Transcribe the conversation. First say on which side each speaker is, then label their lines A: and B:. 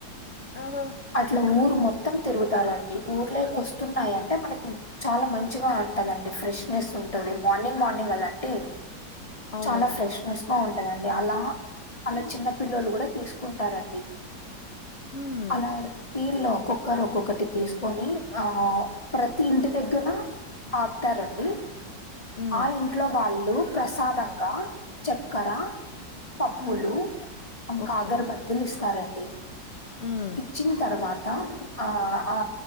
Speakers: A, on the left; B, on the left.
A: ఇంగా
B: అట్లా ఊరు మొత్తం తిరుగుతారండి ఊర్లోకి వస్తున్నాయి అంటే మనకి చాలా మంచిగా ఉంటందండి ఫ్రెష్నెస్ ఉంటుంది మార్నింగ్ మార్నింగ్ అదంటే
A: అవునవును
B: చాలా ఫ్రెష్నెస్ బాగుంటదండి అలా అలా చిన్న పిల్లలు కూడా తీసుకుంటారండి
A: హ్మ్
B: అలా పీర్ లో ఒక్కొక్కరు ఒక్కొక్కటి తీసుకొని ఆ ప్రతి ఇంటి దగ్గర దగ్గర ఆపుతారండి
A: హ్మ్
B: ఆ ఇంట్లో వాళ్ళు ప్రసాదంగా చక్కర పప్పులు
A: హ్మ్
B: ఇంకా
A: ఓకే.
B: అగరబత్తిలు ఇస్తారండి
A: హ్మ్.
B: ఇచ్చిన తర్వాత ఆ ఆ